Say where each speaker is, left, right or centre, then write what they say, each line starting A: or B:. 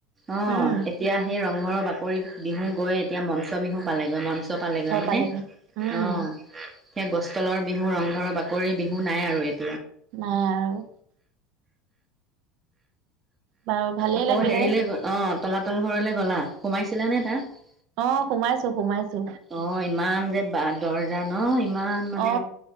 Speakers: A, on the right; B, on the right.
A: অ
B: উম
A: এতিয়া সেই ৰংঘৰৰ বাকৰিত বিহু গৈ। এতিয়া মঞ্চবিহু। পালেগৈ মঞ্চ পালেগৈ হয়নে?
B: পালেগে উম
A: অ সেই ফালে গছতলৰ বিহু। ঘৰৰ বা <unintelligible> বাকৰি বিহু নাই আৰু ই
B: নাই আৰু বাৰু ভালেই
A: আকৌ
B: লাগিলে
A: হেৰিলে গল অ' তলাতল ঘৰলে। গলা সোমাইছিলা নে তাত।
B: অহ সোমাইছো সোমাইছো।
A: অ ইমান যে বা দৰ্জা নাই। ইমান মানে
B: অ